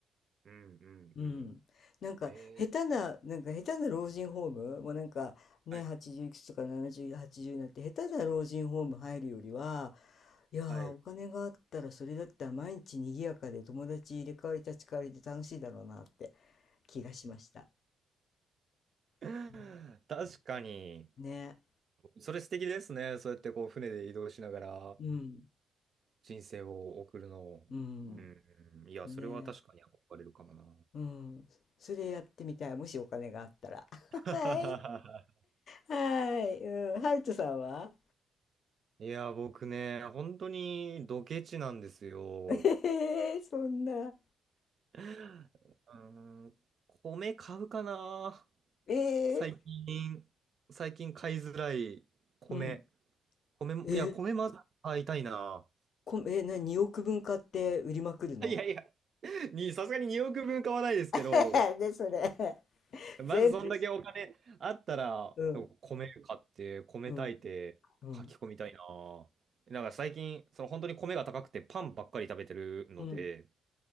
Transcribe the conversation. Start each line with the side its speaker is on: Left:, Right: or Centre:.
Right: うんうんうんうん。
Left: うん、なんか下手な、
Right: え
Left: なんか下手な老人ホーム、もうなんかね、
Right: ー、はい
Left: 80いくつとか70、80になって下手な老人ホーム入るよりは、いやーお金があったらそれだったら毎日賑やかで友達入れ替わり立ち替わりで楽しいだろうなって
Right: はい。
Left: 気がしました。うん
Right: <laughs> 確かに、
Left: ね、
Right: それ素敵ですね。そうやってこう船で移動しながら
Left: うん、
Right: 人生を送るの。
Left: うん、
Right: うんうん、いや、
Left: ね、
Right: それは確かに憧れるかもな。
Left: うん、それやってみたい、もしお金があったら。<laughs>
Right: <laughs>
Left: はい、はい、うん、ハルトさんは
Right: いや、僕ね、本当にドケチなんですよ。
Left: <laughs> えー、そんな、
Right: うーん、米買うかな。
Left: えー、
Right: 最近、最近買いづらい米。
Left: うん。
Right: 米も、
Left: え、
Right: いや、米まず買いたいな。
Left: こ、え、な、2億分買って売りまくるの
Right: <laughs> いやいや、に、さすがに2億分買わないですけど、
Left: <laughs> で、それ、<laughs>
Right: まずそんだけお金あったら、
Left: 全部し、うん、
Right: 米買って、米炊いて、
Left: うん、うん。
Right: 書き込みたいな。なんか最近、その本当に米が高くてパンばっかり食べてるので、
Left: うん。